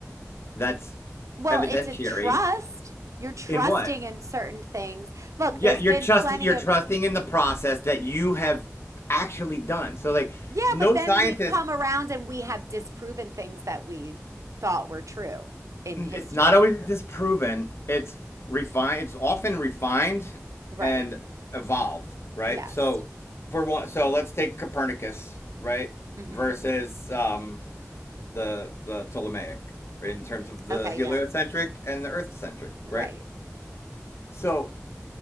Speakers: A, on the left; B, on the right.
A: That's
B: Well,
A: evidentiary.
B: it's a trust. You're trusting
A: In what?
B: in certain things. Look,
A: Yeah,
B: there's
A: you're
B: been
A: trust
B: plenty
A: you're
B: of,
A: trusting in the process that you have actually done. So like
B: yeah,
A: no
B: but then
A: scientist
B: we've come around and we have disproven things that we thought were true in
A: it's
B: history.
A: not always disproven. It's refined it's often refined
B: Right.
A: and evolved, right?
B: Yes.
A: So for one so let's take Copernicus, right?
B: hmm
A: Versus um the the Ptolemaic right? in terms of the
B: Okay.
A: heliocentric
B: Yeah.
A: and the earth centric,
B: Right.
A: right? So